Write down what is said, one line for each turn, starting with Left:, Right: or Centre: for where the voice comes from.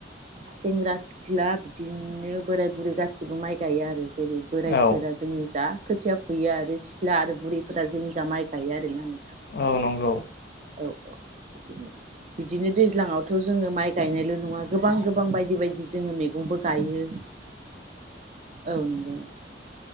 Right: सेंग्रा सिख्ला बिदिनो बोराय बुरै गासिबो माइ गायो आरो जेरै बोराइफोरा
Left: औ
Right: जोंनि जा खोथिया फैयो आरो सिख्ला आरो बुरैफोरा जोंजा माइ गायो आरो दोनानै
Left: औ नंगौ।
Right: औ औ बिदिनो बिदिनो दैज्लाङावथ' जोङो माइ गायनायल' नङा गोबां गोबां बायदि बायदि जोङो मैगंबो गायो। औ नंगौनो।